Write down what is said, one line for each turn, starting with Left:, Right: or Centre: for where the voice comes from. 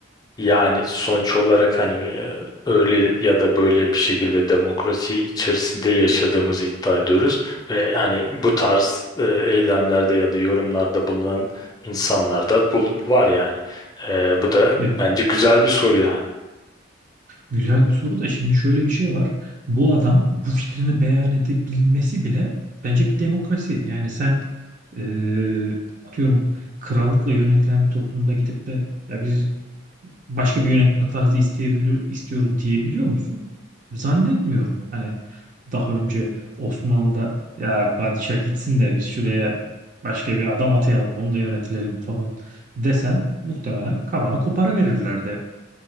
Left: Yani sonuç olarak hani e, öyle ya da böyle bir şekilde demokrasi içerisinde yaşadığımızı iddia ediyoruz. Ve hani bu tarz e, eylemlerde ya da yorumlarda bulunan insanlar da bul- var yani. E, bu da
Right: Ya
Left: bence güzel bir soru yani.
Right: Güzel bir soru da şimdi şöyle bir şey var. Bu adam bu fikrini beyan edebilmesi bile bence bir demokrasi. Yani sen eee, atıyorum krallıkla yönetilen bir toplumda gidip de ya biz başka bir yönetme tarzı isteyebiliyor, istiyoruz diyebiliyor musun? Zannetmiyorum. Hani daha önce Osmanlı'da ya padişah gitsin de biz şuraya başka bir adam atayalım onunla yönetilelim falan desen muhtemelen kafanı kopara verirlerdi.